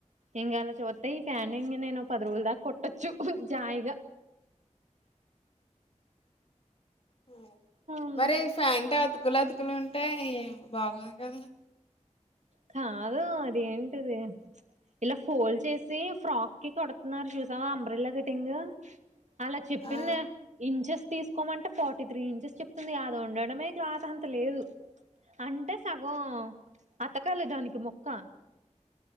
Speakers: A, on the right (about 70°); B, on the left (about 50°).
A: ఇంకా అలా చూస్తా ఈ ఫ్యాన్ ఇం నేను పదువలుదా కొట్టచ్చు జయిగా
B: అ
A: ఉంది
B: మరి ఫ్యాంట కుల కుక్కలు ఉంటేయి ఏ బాగుంది కదా
A: కాదు అద ఏంటిది ఇలా ఫోల్డ్ చేసి ఫ్రాక్ కి కొడుతున్నారు చూసావా అబ్రెలా కటింగ్ అలా చెప్పింది
B: ఆ
A: ఇంచెస్ తీసుకోమంటే ఫోటీ తర్టీ త్రీ ఇంచెస్ చెప్తుంది కాదా ఉండడమేలాత అంత లేదు అంటే సగం అతకాలి దానికి మొక్క